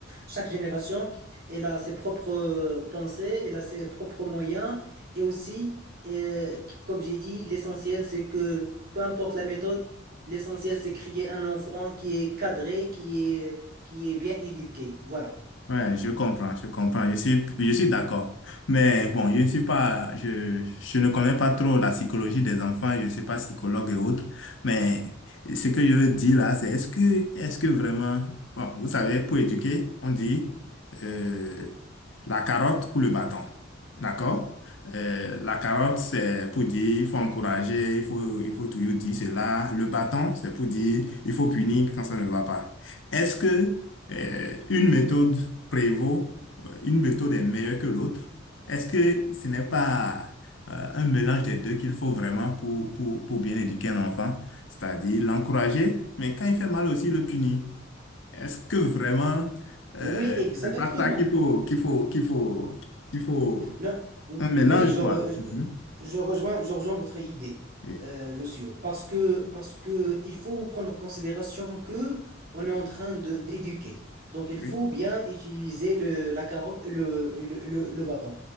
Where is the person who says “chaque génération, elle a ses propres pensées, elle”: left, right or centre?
Right